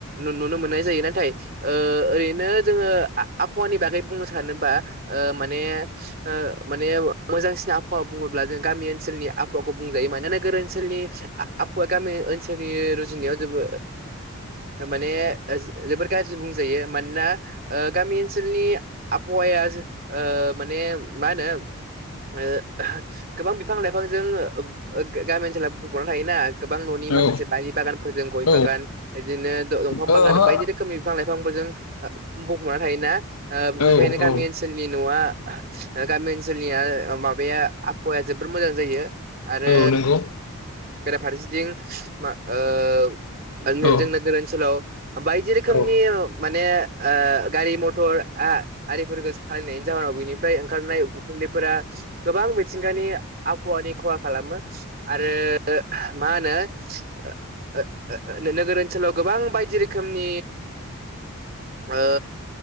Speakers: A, on the right; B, on the left.
A: नुनो मोननाय जायो नाथाय ओ ओरैनो जोङो आ आबहावानि बागै बुंनो सानोबा माने माने मोजांसिन आबहावा बुङोब्ला जों गामि ओनसोलनि आबहावाखौ बुंजायो मानोना नोगोर ओनसोलनि आबहावा गामि ओनसोलनि रुजुनायाव जोबो। ओ माने जोबोर गाज्रि बुंजायो मानोना गामि ओनसोलनि आबहावाया ओ माने मा होनो ओ गोबां बिबांनि बिफां लाइफांजों गामि ओनसोाव बुफबना थायो ना गोबां न'नि माखासे
B: औ
A: बारि बागानफोरजों गय
B: औ
A: बागान बिदिनो दंफां
B: ओहो
A: बागान बायदि रोखोमनि बिफां लाइफांफोर बुंफबना थायोना
B: औ
A: बेनिायनो गामि
B: औ
A: ओनसोलनि नि न'आ गामि ओनसोलनि ओनसोलनिया माबाया आबहावाया जोबोर मोजां जायो आरो
B: औ नंगौ
A: बेराफारसेथिं ओ
B: औ
A: जोंनो गोर याव बायदि रोखोमनि
B: औ
A: माने ओ गारि मथरिफोरखौ नि जाहोनाव बिनिफ्राय ओंखारनाय उखुनदै फोरा गोबां मिथिंगानि आबहावानि खहा खालामो आरो ओ मा होनो ओ ओ ओ नोगोर ओनसोलाव गोबां बायदि रोखोमनि ओ